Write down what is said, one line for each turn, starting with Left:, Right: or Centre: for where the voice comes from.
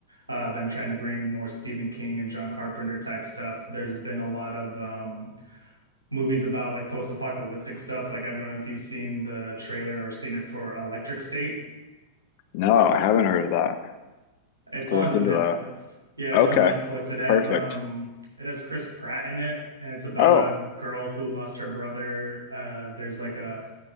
Right: uh, them trying to bring more Stephen King and John Carpenter type stuff. There's been a lot of um, movies about like post-apocalyptic stuff. Like I don't know if you've seen the trailer or seen it for Electric State.
Left: No, I haven't heard of that. I
Right: It's
Left: have to
Right: on
Left: look into
Right: Netflix.
Left: that.
Right: Yeah, it's
Left: Okay,
Right: on Netflix. It has
Left: perfect.
Right: um it has Chris Pratt in it and it's about
Left: Oh,
Right: a girl who lost her brother. Uh there's like a